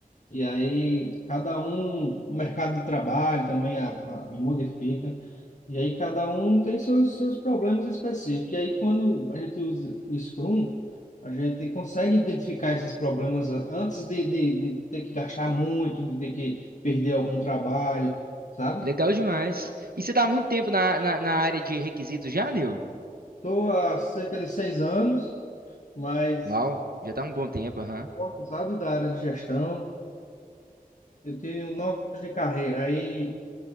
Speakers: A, on the left; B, on the right.
A: E aí, cada um, o mercado de trabalho também a, a- modifica. E aí cada um tem seus, seus problemas específicos. E aí quando a gente usa o Scrum, a gente consegue identificar esses problemas a- antes de, de, de ter que gastar muito, de ter que perder algum trabalho, sabe?
B: Legal demais. E você tá há muito tempo na, na, na área de requisitos já, Nil?
A: Estou há cerca de seis anos, mas
B: Uau,
A: eu
B: já tá há um bom tempo, aham.
A: gosto, sabe, da área de gestão. Eu tenho nove anos de carreira. Aí,